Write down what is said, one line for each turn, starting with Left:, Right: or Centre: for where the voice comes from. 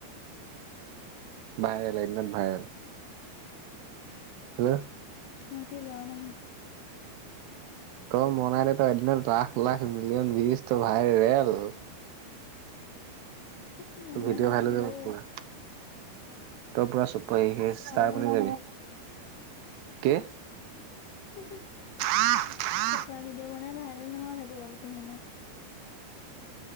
Right: ভাইৰেল এদিনত ভাইৰেল। হেল্ল।
Left: সেইটি ল'ৰা মানুহ।
Right: ত মনাই দে তই এদিনত লখ লাখ মিলিয়ন বিছটো ভাইৰেল।
Left: উ
Right: তোৰ ভিডিঅ'
Left: নলাগে
Right: ভাইৰেল হৈ যাব
Left: ও।
Right: পুৰা তই পুৰা চুপাৰইচটাৰ সেই
Left: মই
Right: বনি
Left: ফটো
Right: যাবি। কে।
Left: হো হো।
Right: <unintelligible>
Left: ফটোৱাৰ ভিডিঅ' বনাই ভাইৰেল নহয় সেইবোৰ কাপোৰ পিন্ধি মই।